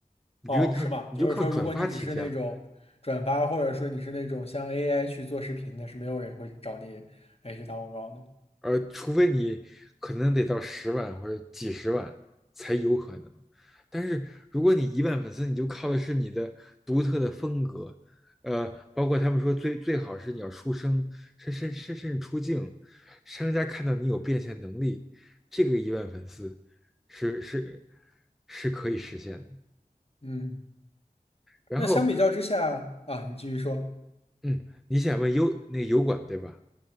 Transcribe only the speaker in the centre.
你比如你靠你就靠转发起家，
呃，除非你可能得到十万或者几十万才有可能。但是如果你一万粉丝，你就靠的是你的独特的风格，呃，包括他们说最最好是你要出声，甚甚甚甚至出镜，商家看到你有变现能力，这个一万粉丝是是是可以实现的。
然后，
嗯，你想问油那个油管对吧？